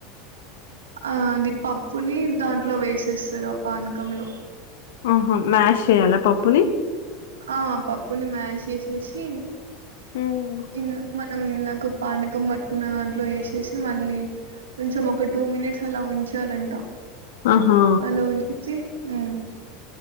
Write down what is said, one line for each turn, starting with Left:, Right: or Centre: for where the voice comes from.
Right: ఆ ఆది పప్పుని దాంట్లో వేసేస్తాది ఆ పానకంలో
Left: ఆహో మ్యాష్ చేయాలా పప్పుని
Right: ఆ పప్పుని మ్యాష్ చేసేసి
Left: హ్మ్.
Right: ఇ మనం ఇందక పానకం పట్టుకున్న దాంట్లో వేసేసి మళ్ళీ కొంచెం ఒక టూ మినిట్స్ అలా ఉంచాలంటా
Left: ఆహా!
Right: పాకంలో ఉంచి మ్మ్